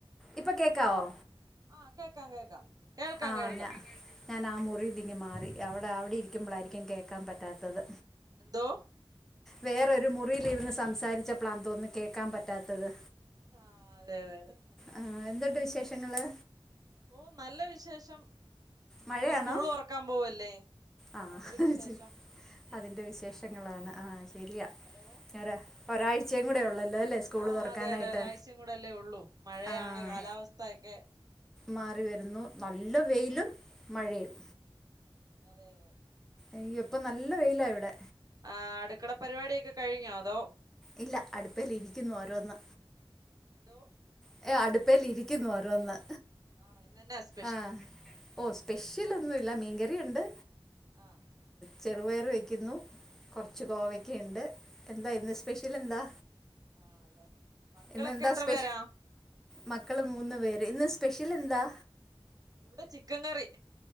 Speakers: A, in the centre; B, on the right.
A: ഇപ്പോ കേക്കാവോ
B: ആഹാ കേക്കാം കേക്കാം കേൾക്കാം
A: ആ
B: കേൾക്കാം
A: ഞാ കേട്ടു ഞാൻ ആ മുറിന്ന് ഇങ്ങ് മാറി അവടെ അവടെ ഇരിക്കുമ്പോളായിരിക്കും കേക്കാൻ പറ്റാത്തത്
B: എന്തോ
A: വേറൊരു മുറിൽ ഇരുന്ന് സംസാരിച്ചപ്പോൾ ആണേന്ന് തോന്നുന്നു കേക്കാൻ പറ്റാത്തത്
B: ആഹ് അതെ അതെ അതെ
A: ആഹ് എന്തുണ്ട് വിശേഷങ്ങള്
B: ഓ നല്ല വിശേഷം
A: മഴയാണോ
B: ഇനിയിപ്പോ സ്കൂള് തുറക്കാൻ പോവല്ലേ
A: ആഹ്
B: അതൊരു വിശേഷം
A: ചെ അതിൻ്റെ വിശേഷങ്ങളാണ് ആഹ് ശരിയാ
B: ഹലോ
A: <unintelligible> ഒരാഴ്ചയും കൂടെ ഉള്ളല്ലോ അല്ലേ സ്കൂള്
B: ആഹ്
A: തുറക്കാനായിട്ട്
B: അതെ അതെ ഒരാഴ്ചയും കൂടെല്ലേ ഉള്ളൂ മഴയാണ്
A: ആഹ്
B: കാലാവസ്ഥൊക്കെ
A: മാറി വരുന്നു നല്ല വെയിലും മഴയും
B: ഉം അതെ അതെ
A: അയ്യോ ഇപ്പം നല്ല വെയിലാ ഇവിടെ
B: ആഹ് അടുക്കള പരിപാടിയൊക്കെ കഴിഞ്ഞോ അതോ
A: ഇല്ല അടുപേൽ ഇരിക്കുന്നു ഓരോന്ന്
B: ന്തോ
A: തേ അടുപ്പൽ ഇരിക്കുന്നു ഓരോന്ന്
B: ആണോ ഇന്നന്നെ <unintelligible>
A: ആഹ് ഓ സ്പെഷ്യൽഒന്നുല്ല മീൻകറിഇ ണ്ട്
B: ആ
A: ചെറുപയർ വയ്ക്കുന്നു കുറച്ച്
B: ആ ആ
A: കോവക്കെണ്ട്
B: ആ
A: എന്താ
B: ഉം
A: ഇന്ന് സ്പെഷ്യൽ എന്താ
B: ആണല്ലേ മക്കളൊക്കെ
A: ഇന്നെന്താ
B: എത്ര
A: സ്പെ
B: പേരാ
A: മക്കള് മൂന്ന് പേര് ഇന്ന് സ്പെഷ്യൽ എന്താ
B: ഇന്ന് ചിക്കൻ കറി